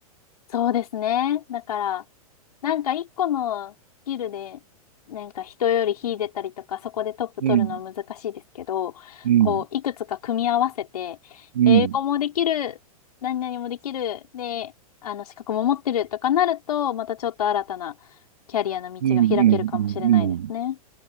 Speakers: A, on the left; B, on the right.
A: そうですね。だから、なんか一個のスキルで、なんか人より秀でたりとか、そこでトップ取るのは難しいですけど、
B: うん、うん、
A: こう、いくつか組み合わせて、
B: うん、
A: 英語もできる、何々もできる、で、あの、資格も持ってるとかなると、またちょっと新たなキャリアの道が開けるかもしれないですね。
B: うん、うん、うん。うん